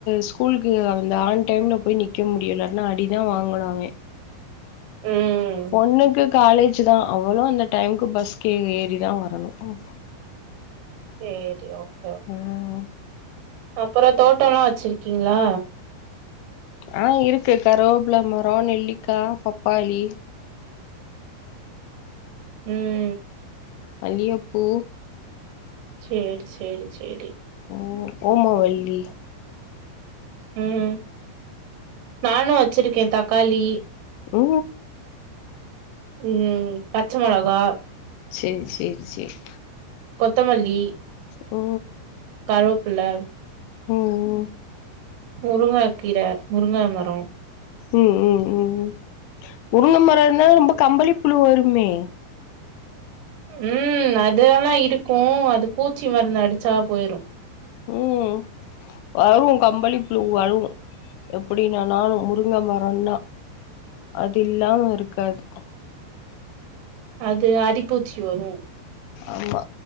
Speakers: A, on the left; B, on the right.
A: ஸ்கூலுக்கு அந்த ஆண் டைம்ல போயி நிக் க முடியு இல்லாட்டினா அடிதா வாங்கணு அவேன்
B: ம்
A: பொண்ணுக்கு காலேஜ் தா அவளும் அந்த டைம்க்கு பஸ்கே ஏறி தா வரணு ம்
B: சேரி ஓகே ஓகே
A: ம்
B: அப்புறோ தோட்டோல்லா வச்சிருக்கீங்ளா
A: ஆ இருக்கு கருவேபில மரோ நெல்லிக்கா பப்பாளி
B: ம்
A: மல்லியப்பூ
B: சேரி சேரி சேரி
A: ஓ ஓமவல்லி
B: ம் நானும் வச்சிருக்கே தக்காளி
A: ஓ
B: உம் பச்ச மிளகா
A: சேரி சேரி சேரி
B: கொத்தமல்லி
A: ஓ
B: கருவப்பில்ல
A: ம்ம்
B: முருங்கக்கீர முருங்க மரோ
A: ம் ம் ம் முருங்க மரம் இருந்தா ரொம்ப கம்பளி புழு வருமே
B: ம் அதெல்லா இருக்கு அது பூச்சி மருந்து அடிச்சா போயிரு
A: ம் வரு கம்பளி புழு வரு எப்டின்னாலு முருங்க மரம்னா அது இல்லாம இருக்காது
B: அது அரிப்பூச்சி வரு
A: ஆமா